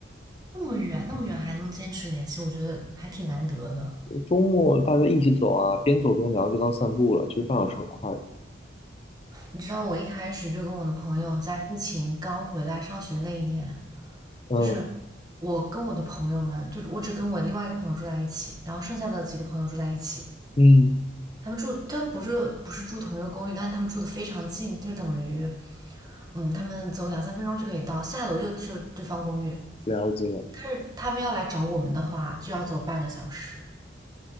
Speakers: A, on the right (about 20°); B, on the left (about 30°).
A: 那么远那么远还能坚持联系，我觉得还挺难得的。
B: 周末大家一起走啊，边走边聊，就当散步了，其实半小时很快的。
A: 你知道我一开始就跟我的朋友在疫情刚回来上学那一年，
B: 嗯
A: 就是我跟我的朋友们，就是我只跟我另外一个朋友住在一起，然后剩下的几个朋友住在一起。
B: 嗯，
A: 他们住，他们不是不是住同一个公寓，但是他们住的非常近，就等于，嗯，他们走两三分钟就可以到，下楼就去对方公寓。
B: 了解。
A: 但是他们要来找我们的话，就要走半个小时。